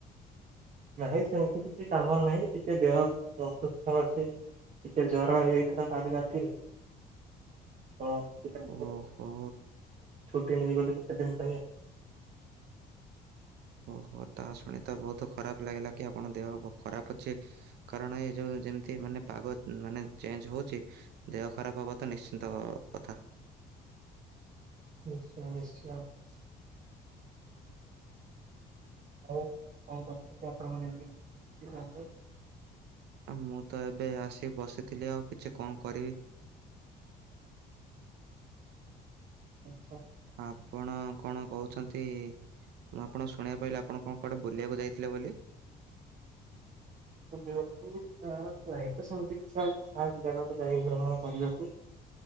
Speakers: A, on the right (about 50°); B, on the right (about 80°).
A: ନାଇଁ ସେମିତି କିଛି କାମ ନାହିଁ, ଟିକେ ଦେହ ଅସୁସ୍ଥ ଅଛି, ଟିକେ ଜର ହେଇଯାଇଥିଲା କାଲି ରାତିରେ। ତ ସେଥିପାଇଁ
B: ଓହୋ
A: ଟେନ ରେ ଗଲି କେତେ ଦିନ ପାଇଁ? <unintelligible>
B: ଓହୋ ତାହା ଶୁଣି ତ ବହୁତ ଖରାପ ଲାଗିଲା କି ତ ଓହୋ ତାସୁଣି ତ ବୋହୁତ ଖରାପ୍ ଲାଗିଲା କି, ଆପଣ ଦେହ ଖରାପ ଅଛି, କାରଣ -ଏ ଯେୋଉ ଯେମିତି ମାନେ ପାଗ ମାନେ ଚେଞ୍ଜ ହଉଛି ଦେହ ଖରାପ ହବା ତ ନିଶ୍ଚିନ୍ତ କଥା।
A: ନିଶ୍ଚୟ ନିଶ୍ଚୟ। <unintelligible> ଆଉ କଣ କର୍ଚ୍ଚନ୍ତି ଆପଣ ମାନେ ଦେହ କେମତି କଣ ଅଛି ବନ୍ଧୁ। <unintelligible>
B: ମୁଁ ତ ଏବେଆସି ବସିଥିଲି ଆଉକିଛି କଣ କରିବି?
A: ଆଚ୍ଛା
B: ଆପଣ କଣ କହୁଛନ୍ ନ୍ତି ମୁଁ ଆପଣଙ୍କୁ ଶୁଣିବାକୁ ପାଇିଲି ଆପଣ କଣ କୁଆଡେ ବୁଲିବାକୁ ଯାଇଥିଲେ ବୋଲି?
A: ସେମିତି କିଛି ନାହିଁ ଯାଗାକୁ ଯାଇ ଭ୍ରମଣ କରିବାକୁ